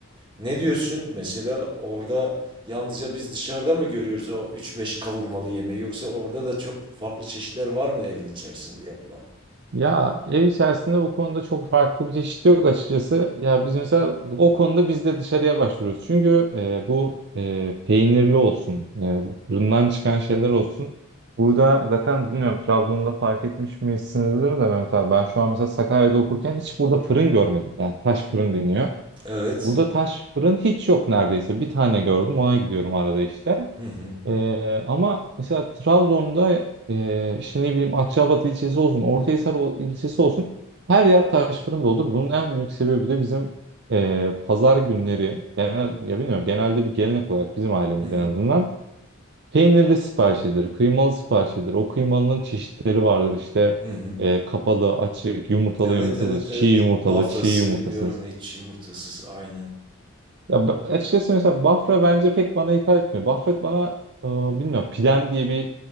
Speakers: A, on the right; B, on the right.
A: Ne diyorsun? Mesela orada yalnızca biz dışarıda mı görüyoruz o üç beş kavurmalı yemeği yoksa orada da çok farklı çeşitler var mı evin içerisinde yapılan?
B: Ya ev içerisinde bu konuda çok farklı bir çeşit yok açıkçası. Ya biz mesela o konuda biz de dışarıya başvuruyoruz. Çünkü e, bu e, peynirli olsun, e, bu fırından çıkan şeyler olsun. Burada zaten bilmiyorum Trabzon'da fark etmiş misinizdir de Mehmet abi. Ben şu an mesela Sakarya'da okurken hiç burada fırın görmedim. Yani taş fırın deniyor.
A: Evet.
B: Burada taş fırın hiç yok neredeyse. Bir tane gördüm ona gidiyorum arada işte.
A: Hı hı.
B: Ee, ama mesela Trabzon'da e, işte ne bileyim Akçaabat ilçesi olsun, Ortahisar ol- ilçesi olsun her yer taş fırın olur. Bunun en büyük sebebi de bizim e, pazar günleri genel, ya bilmiyorum genelde bir gelenek olarak bizim ailemizde
A: Hı hı.
B: en azından peynirli siparişidir, kıymalı siparişidir. O kıymalının çeşitleri vardır işte
A: Hı hı.
B: e, kapalı, açık, yumurtalı
A: Evet
B: yumurtasız,
A: evet
B: çiğ
A: evet.
B: yumurtalı,
A: Bafrası
B: çiğ yumurtasız.
A: bilmiyorum ne hiç yumurtasız aynen.
B: Ya b- açıkçası mesela Bafra bence pek bana hitap etmiyor. Bafra bana e, bilmiyorum pidem diye bir